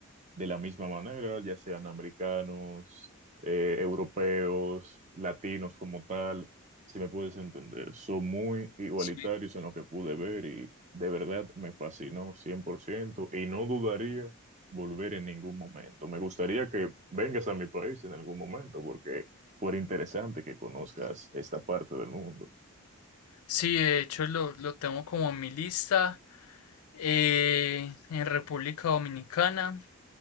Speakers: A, on the right (about 30°); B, on the left (about 80°).
A: de la misma manera, ya sean americanos, eh, europeos, latinos como tal, si me puedes entender, son muy igualitarios
B: Sí.
A: en lo que pude ver y de verdad me fascinó 100% y no dudaría volver en ningún momento. Me gustaría que vengas a mi país en algún momento porque fuera interesante que conozcas esta parte del mundo.
B: Sí, de hecho lo, lo tengo como en mi lista eh, en República Dominicana.